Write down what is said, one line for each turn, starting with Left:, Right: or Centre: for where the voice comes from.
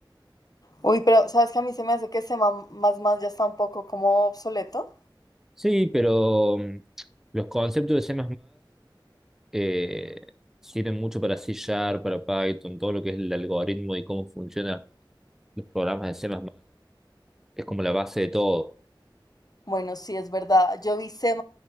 Left: Uy, pero sabes que a mí se me hace que ese ma- más más ya está un poco como obsoleto.
Centre: Sí, pero mm, los conceptos de C++ eh, sirven mucho para C Sharp, para Python, todo lo que es el algoritmo y cómo funcionan los programas de C++. Es como la base de todo.
Left: Bueno, sí, es verdad. Yo vi C++,